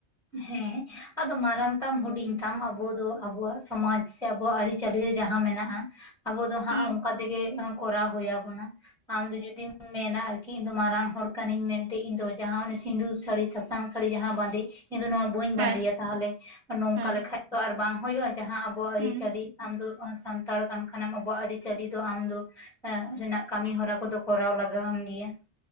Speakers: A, in the centre; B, on the right.
A: ᱦᱮᱸ ᱟᱫᱚ ᱢᱟᱨᱟᱝ ᱛᱟᱢ ᱦᱩᱰᱤᱧ ᱛᱟᱢ ᱟᱵᱩ ᱫᱚ ᱟᱵᱩᱣᱟᱜ ᱥᱚᱢᱟᱡᱽ ᱥᱮ ᱟᱵᱩᱣᱟᱜ ᱟᱹᱨᱤ- ᱪᱟᱹᱞᱤ ᱨᱮ ᱡᱟᱦᱟᱸ ᱢᱮᱱᱟᱜ-ᱟ ᱟᱵᱚ ᱫᱚ ᱦᱟᱸᱜ
B: ᱦᱩᱸ
A: ᱚᱱᱠᱟ ᱛᱮᱜᱮ ᱠᱚᱨᱟᱣ ᱦᱩᱭ ᱟᱵᱚᱱᱟ᱾ ᱟᱢᱫᱚ ᱡᱩᱫᱤᱢ ᱢᱮᱱᱟ ᱟᱨᱠᱤ ᱤᱧ ᱫᱚ ᱢᱟᱨᱟᱝ ᱦᱚᱲ ᱠᱟᱹᱱᱟᱹᱧ ᱢᱮᱱᱛᱮ ᱤᱧ ᱫᱚ ᱡᱟᱦᱟᱸ ᱚᱱᱮ ᱥᱤᱸᱫᱩᱨ ᱥᱟᱹᱲᱤ ᱥᱟᱥ ᱥᱟᱝ ᱥᱟᱹᱲᱤ ᱡᱟᱦᱟᱸ ᱵᱟᱸᱫᱮ ᱤᱧ ᱫᱚ ᱱᱚᱣᱟ ᱵᱟᱹᱧ
B: ᱦᱮᱸ
A: ᱵᱟᱸᱫᱮᱭᱟ ᱛᱟᱦᱚᱞᱮ ᱱᱚᱝᱠᱟ
B: ᱦᱮᱸ
A: ᱞᱮᱠᱷᱟᱡ ᱛᱚ ᱟᱨ ᱵᱟᱝ ᱦᱳᱭᱳᱜ-ᱟ, ᱡᱟᱦᱟᱸ ᱟᱵᱚᱣᱟᱜ
B: ᱦᱩᱸ
A: ᱟᱹᱨᱤᱪᱟᱹᱞᱤ ᱟᱢᱫᱚ ᱥᱟᱱᱛᱟᱲ ᱠᱟᱱ ᱠᱷᱟᱱᱮᱢ ᱟᱵᱚᱣᱟᱜ ᱟᱹᱨᱤᱪᱟᱹᱞᱤ ᱫᱚ ᱟᱢᱫᱚ ᱮᱸ ᱨᱮᱱᱟᱜ ᱠᱟᱹᱢᱤᱦᱚᱨᱟ ᱠᱚᱫᱚ ᱠᱚᱨᱟᱣ ᱞᱟᱜᱟᱣᱟᱢ ᱜᱮᱭᱟ᱾